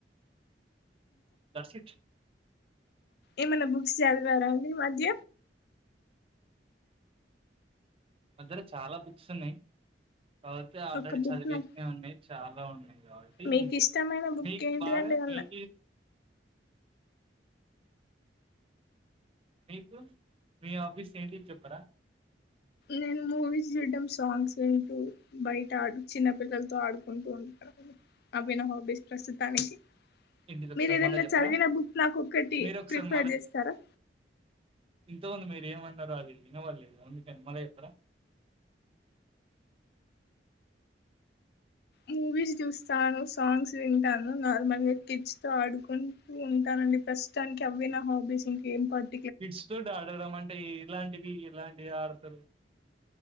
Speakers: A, on the right; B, on the left.
A: దర్శిించ
B: ఏమైన్నా బుక్స్ చల్వారా అండి మధ్య
A: మాద్దర చాలా బుక్స్ ఉన్నాయి అవుతే ఆల్రెడీ
B: ఒక బుక్
A: చదివించ
B: నాకు
A: ఉడి చాలా ఉన్నాయి
B: మీకు ఇష్టమైన బుక్
A: మకు
B: ఏంటిదండి
A: బార
B: ఏమన్నా
A: మెకి మీకు మీ ఆఫీస్ ఏంటి చెప్పరా
B: నేను మూవీస్ చూడడం సాంగ్స్ వింటూ బయట ఆడు చిన్న పిల్లలతో ఆడుకుంటూ ఉంటాను అవి నా హాబీస్ ప్రస్తుతానికి
A: ఏంటిది ఒకసారి
B: మీరు ఏదైనా
A: మళ్ళా చెప్పరా
B: చదివిన బుక్ నాకు ఒకటి
A: మీరు ఒకసారి
B: ప్రిఫర్ చేస్తారా
A: ఎ ఉంది మీరు ఏమన్నారో అది వినపడలేదు అందుకని మళ్ళ చేప్పార
B: మూవీస్ చూస్తాను సాంగ్స్ వింటాను నార్మల్గా కిడ్స్ త ఆడుకుంటూ ఉంటానండి, ప్రస్తుతానికి అవే నా హాబీస్ ఇంకేం పడు
A: కిట్స్ తో ఆడడం అంటే ఇలాంటివి ఇలాంటివి పె ఆడుతులు